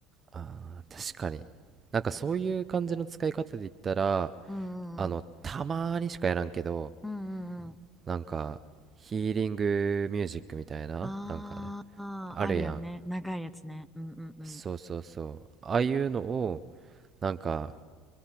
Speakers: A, on the right; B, in the centre.
A: ああ、確かに。なんかそういう感じの使い方で言ったら、
B: うんうん
A: あの、たまーにしかやらんけど、
B: うんうんうん
A: なんか、ヒーリングミュージックみたいな、
B: ああーあるよね長いやつねうんうんうん
A: なんかね、あるやん。そうそうそう。ああいうのを、なんか、